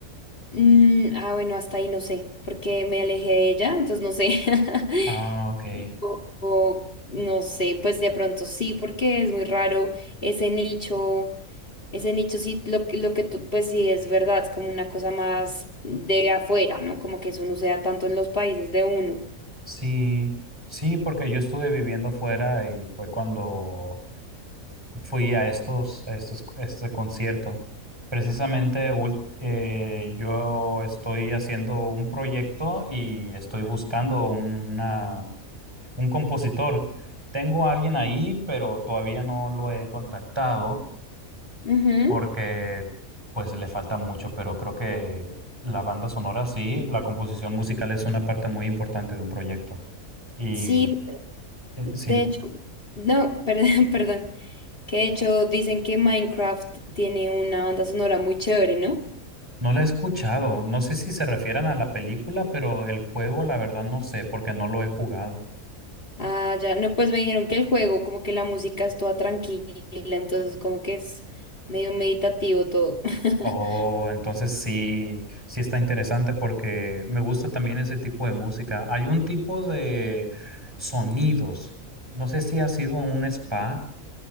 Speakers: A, on the left (about 40°); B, on the right (about 20°).
A: Mm, ah, bueno, hasta ahí no sé, porque me alejé de ella, entonces no sé. <laughs>
B: Ah, ok.
A: O, o no sé, pues de pronto sí, porque es muy raro ese nicho, ese nicho sí, lo, que- lo que tú, pues sí es verdad, es como una cosa más de afuera, ¿no? Como que eso no se da tanto en los países de uno.
B: Sí, sí, porque yo estuve viviendo fuera y fue cuando fui a estos, a estos, este concierto. Precisamente ul- eh, yo estoy haciendo un proyecto y estoy buscando una, un compositor. Tengo a alguien ahí, pero todavía no lo he contactado
A: Ujú.
B: porque pues le falta mucho, pero creo que la banda sonora sí, la composición musical es una parte muy importante de un proyecto. Y
A: Sí,
B: eh,
A: de
B: sí.
A: hecho, no, perdón, <laughs> perdón, que de hecho dicen que Minecraft tiene una banda sonora muy chévere, ¿no?
B: No la he escuchado. No sé si se refieren a la película, pero el juego, la verdad, no sé, porque no lo he jugado.
A: Ah, ya, no, pues me dijeron que el juego, como que la música es toda tranquila, entonces como que es medio meditativo todo. <laughs>
B: Oh, entonces sí, sí está interesante porque me gusta también ese tipo de música. Hay un tipo de sonidos. No sé si has ido a un spa